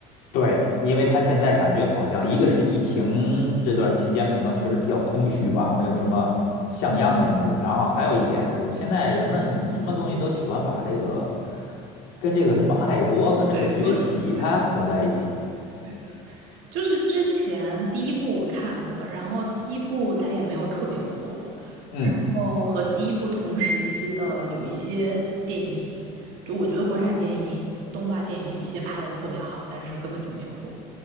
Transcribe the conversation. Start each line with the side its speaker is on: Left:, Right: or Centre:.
Left: 对，因为他现在感觉好像一个是疫情这段期间可能确实比较空虚吧，没有什么像样的东西。然后还有一点就是，现在人们什么东西都喜欢把这个跟这个什么爱国跟这个崛起它捆在一起。
Right: 对对对对对。就是之前第一部我看过，然后第一部它也没有特别火，
Left: 嗯
Right: 然后和第一部同时期的有一些电影，就我觉得国产电影、动画电影有一些拍的特别好，但是根本就没火。